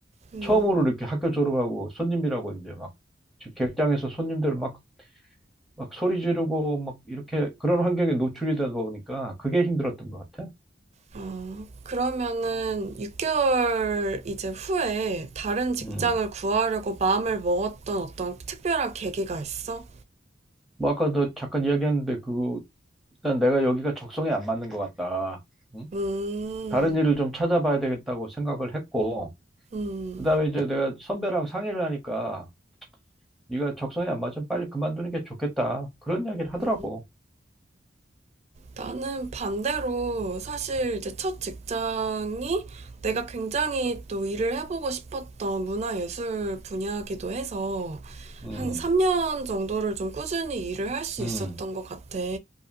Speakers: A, on the right; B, in the centre.
A: 음,
B: 처음으로 이렇게 학교 졸업하고 손님이라고 이제 막 지- 객장에서 손님들 막, 막 소리 지르고 막 이렇게 그런 환경에 노출이 되다 보니까 그게 힘들었던 것 같아.
A: 아, 그러면은 6개월 이제 후에 다른 직장을
B: 음.
A: 구하려고 마음을 먹었던 어떤 특별한 계기가 있어?
B: 뭐 아까 너 잠깐 이야기했는데 그 일단 내가 여기가 적성에 안 맞는 것 같다. 응?
A: 음,
B: 다른 일을 좀 찾아봐야 되겠다고 생각을 했고
A: 음,
B: 그다음에 이제 내가 선배랑 상의를 하니까 네가 적성에 안 맞으면 빨리 그만두는 게 좋겠다. 그런 이야기를 하더라고.
A: 음. 나는 반대로 사실 이제 첫 직장이 내가 굉장히 또 일을 해보고 싶었던 문화예술 분야이기도 해서
B: 음,
A: 한 3년 정도를 좀 꾸준히 일을 할 수
B: 음,
A: 있었던 것 같아.